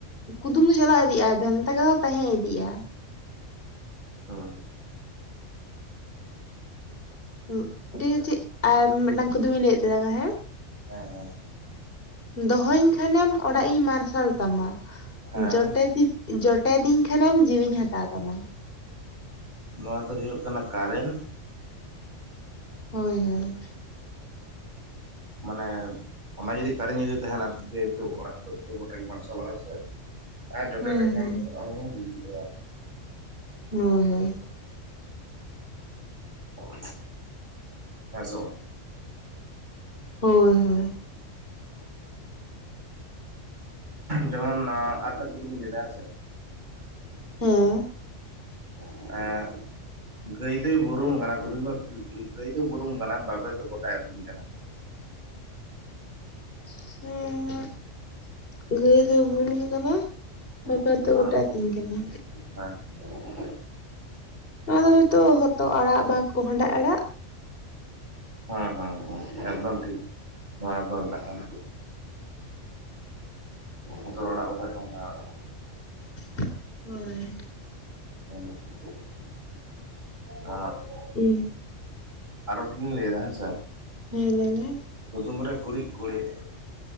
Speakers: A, on the left; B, on the right.
A: ᱠᱩᱫᱩᱢ ᱫᱚ ᱪᱟᱞᱟᱣ ᱤᱫᱤᱜᱼᱟ ᱵᱷᱮᱱᱛᱟ ᱠᱟᱛᱷᱟ ᱫᱚ ᱛᱟᱦᱮᱸ ᱤᱫᱤᱜᱼᱟ
B: ᱦᱮᱸ
A: <unintelligible>
B: ᱟᱪᱪᱷᱟ
A: ᱴᱷᱤᱠ ᱟᱪᱷᱮ ᱟᱨ ᱢᱤᱫᱴᱟᱝ ᱠᱩᱫᱩᱢᱤᱧ ᱞᱟᱹᱭᱮᱫ ᱛᱟᱞᱟᱝᱟ ᱦᱮᱸ
B: ᱦᱮᱸ ᱦᱮᱸ
A: ᱫᱚᱦᱚᱧ ᱠᱷᱟᱱᱮᱢ ᱚᱲᱟᱜ ᱤᱧ ᱢᱟᱨᱥᱟᱞ ᱛᱟᱢᱟ <unintelligible>
B: ᱦᱮᱸ
A: ᱡᱚᱴᱮᱫᱤᱧ ᱠᱷᱟᱱᱮᱢ ᱡᱤᱣᱤᱧ ᱦᱟᱛᱟᱣ ᱛᱟᱢᱟ
B: ᱱᱚᱣᱟ ᱫᱚ ᱦᱩᱭᱩᱜ ᱠᱟᱱᱟ ᱠᱟᱨᱮᱱᱴ
A: ᱦᱳᱭ ᱦᱳᱭ
B: ᱢᱟᱱᱮ ᱚᱱᱟ ᱡᱩᱫᱤ ᱠᱟᱨᱮᱱᱴ ᱡᱩᱫᱤ ᱛᱟᱦᱮᱱᱟ ᱡᱮᱦᱩᱛᱩ ᱚᱲᱟᱜ ᱫᱚ ᱯᱩᱨᱟᱹ ᱜᱚᱴᱟᱜᱮ ᱢᱟᱨᱥᱟᱞᱚᱜᱼᱟ ᱥᱮ ᱟᱨ ᱡᱚᱴᱮᱫ
A: ᱦᱩᱸ
B: ᱞᱮᱠᱷᱟᱱ
A: ᱦᱩᱸ
B: ᱫᱚ ᱟᱵᱚ ᱵᱚᱱ ᱜᱩᱡᱩᱜᱼᱟ
A: ᱦᱳᱭ ᱦᱳᱭ
B: <inaudible> ᱦᱮᱸᱥᱮ ᱵᱟᱝ
A: ᱦᱳᱭ ᱦᱳᱭ
B: ᱡᱮᱢᱚᱱ ᱟᱨ ᱠᱟᱹᱴᱤᱡ ᱪᱩᱞᱩᱝ ᱤᱧ ᱞᱟᱹᱭ ᱮᱫᱟ ᱦᱮᱸᱥᱮ
A: <inaudible> ᱦᱮᱸ
B: <unintelligible> ᱜᱟᱹᱭ ᱫᱚᱭ ᱵᱩᱨᱩᱢ ᱠᱟᱱᱟ ᱠᱩᱫᱩᱢ ᱨᱮ ᱠᱩᱬᱤᱫ-ᱠᱩᱬᱤᱫ ᱜᱟᱹᱭ ᱫᱚᱭ ᱵᱩᱨᱩᱢ ᱠᱟᱱᱟ ᱵᱟᱵᱮᱨ ᱫᱚ ᱜᱚᱴᱟᱭ ᱟᱹᱛᱤᱧ ᱠᱟᱱᱟ
A: <unintelligible> ᱜᱟᱹᱭ ᱫᱚᱭ ᱵᱩᱨᱩᱢ ᱠᱟᱱᱟ ᱵᱟᱵᱟ
B: ᱦᱮᱸ
A: ᱫᱚ ᱜᱚᱴᱟ ᱟᱹᱛᱤᱧ ᱠᱟᱱᱟ
B: ᱦᱮᱸ <inaudible>
A: ᱱᱚᱣᱟ ᱫᱚ ᱦᱚᱭᱛᱚ ᱦᱚᱛᱚᱫ ᱟᱲᱟᱜ ᱵᱟ ᱠᱚᱸᱦᱰᱟ ᱟᱲᱟᱜ
B: ᱦᱮᱸ ᱦᱮᱸ ᱦᱮᱸ ᱮᱠᱫᱚᱢ ᱴᱷᱤᱠ ᱱᱚᱣᱟ ᱜᱮᱠᱚ ᱢᱮᱛᱟᱜ ᱠᱟᱱᱟ <inaudible> <inaudible> ᱦᱚᱛᱚᱫ ᱟᱲᱟᱜ ᱵᱟᱠᱷᱟᱡ ᱠᱚᱸᱦᱰᱟ ᱟᱲᱟᱜ
A: <inaudible> ᱦᱳᱭ
B: ᱦᱮᱸ <unintelligible> <unintelligible>
A: ᱦᱩᱸ
B: ᱟᱨᱚ ᱢᱤᱫᱴᱮᱱᱤᱧ ᱞᱟᱹᱭ ᱮᱫᱟ ᱦᱮᱸᱥᱮ
A: ᱦᱮᱸ ᱞᱮᱭᱢᱮ
B: ᱠᱩᱫᱩᱢ ᱨᱮ ᱠᱩᱲᱤᱫ ᱠᱩᱲᱤᱫᱼᱼ